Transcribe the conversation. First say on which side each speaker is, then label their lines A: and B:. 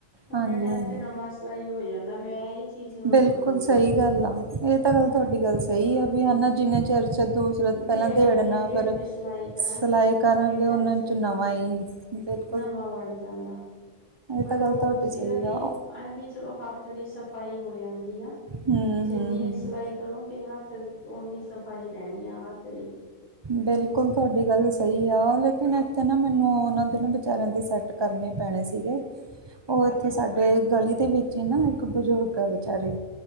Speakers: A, on the left; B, on the right.
A: ਉਨੇ
B: ਹਾਂਜੀ-ਹਾਂਜੀ।
A: ਟਾਈਮ ਚ ਨਵਾਂ ਸਿਲਾਈ ਹੋ ਜਾਂਦਾ ਮੈਂ ਇਹ ਚੀਜ਼ ਨੂੰ
B: ਬਿਲਕੁਲ
A: ਨਹੀਂ ਮੰਨਦੀ
B: ਸਹੀ ਗੱਲ ਆ ਇਹ ਤਾਂ ਗੱਲ
A: ਹਨਾ।
B: ਤੁਹਾਡੀ ਗੱਲ ਸਹੀ
A: ਹੂੰ
B: ਆ, ਵੀ ਹੈਨਾ ਜਿੰਨੇ ਚਿਰ, ਚ ਦੋ ਪਹਿਲਾਂ
A: ਦੇੜਾਂਗੇ
B: ਦੇੇੜਨਾ
A: ਦੇੜ
B: ਫਿਰ
A: ਕੇ ਸਿਲਾਈ ਕਰਾਂਗੇ
B: ਸਿਲਾਈ ਕਰਾਂਗੇ
A: ਓਨੇ ਟਾਈਮ
B: ਉਹਨਾਂ ਚ ਨਵਾਂ
A: ਹੂੰ।
B: ਹੀ ਬਿਲ
A: ਨਵਾਂ ਬਣ ਜਾਂਦਾ ਬੜਾ
B: ਤਾਂ ਗੱਲ
A: ਉਹ
B: ਤੁਹਾਡੀ
A: ਸੀਗਾ
B: ਸਹੀ
A: ਵੀ
B: ਆ
A: ਅਂ ਵੀ ਚਲੋ ਹੱਥ ਹੱਥ ਦੀ ਸਫ਼ਾਈ ਹੋ ਜਾਂਦੀ ਆ।
B: ਹੂੰ
A: ਜਿੰਨੀ
B: ਹੂੰ ਹੂੰ
A: ਸਿਲਾਈ ਕਰੋਂਗੇ ਹੱਥ ਓਨੀ ਸਫ਼ਾਈ ਰਹਿਣੀ ਆ ਹੱਥ ਵੀ
B: ਬਿਲਕੁਲ ਤੁਹਾਡੀ ਗੱਲ ਸਹੀ ਆ ਲੇਕਿਨ ਇੱਥੇ ਨਾ ਮੈਨੂੰ ਉਹਨਾਂ ਦੇ ਨਾ ਵਿਚਾਰਿਆਂ ਦੀ ਸਟ ਕਰਨੇ ਪੈਣੇ ਸੀਗੇ।
A: <inaudible>
B: ਓਥੇ ਸਾਡੇ ਗਲੀ ਦੇ ਵਿਚ ਈ ਨਾ ਇਕ ਬਜ਼ੁਰਗ ਆ ਵਿਚਾਰੀ,